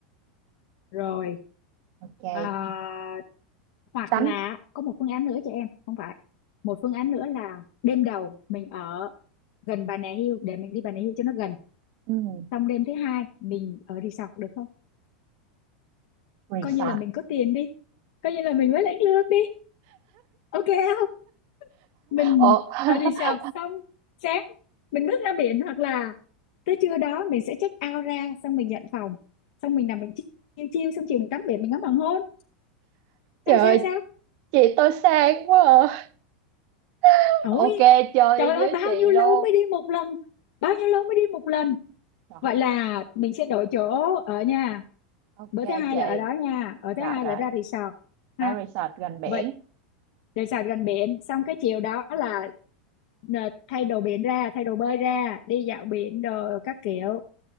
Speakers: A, on the left (about 65°); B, on the right (about 55°).
A: rồi
B: ok
A: à, hoặc
B: tắm
A: là có một phương án nữa cho em không phải một phương án nữa là đêm đầu mình ở gần Bà Nà Hills để mình đi Bà Nà Hills cho nó gần
B: ừm,
A: xong đêm thứ hai mình ở resort được không
B: resort
A: coi như là mình có tiền đi coi như là mình mới lãnh lương đi ok không mình
B: ồ
A: ở resort
B: <laughs>
A: xong sáng mình bước ra biển hoặc là tới trưa đó mình sẽ check out ra xong mình nhận phòng xong mình nằm mình chiêu chiêu xong chiều mình tắm biển mình ngắm hoàng hôn
B: trời
A: sao
B: ơi,
A: sao sao
B: chị tôi sang quá à. <laughs>
A: ôi
B: ok chơi
A: trời ơi
B: với
A: bao
B: chị
A: nhiêu lâu
B: luôn
A: mới đi một lần bao nhiêu lâu mới đi một lần
B: rồi
A: vậy là mình sẽ đổi chỗ ở nha
B: ok
A: bữa thứ hai
B: chị
A: là ở đó nha ở thứ
B: rồi
A: hai
B: rồi
A: là ra resort
B: ở
A: ha
B: resort gần biển
A: vậy resort gần biển xong cái chiều đó là nè, thay đồ biển ra thay đồ bơi ra đi dạo biển đồ các kiểu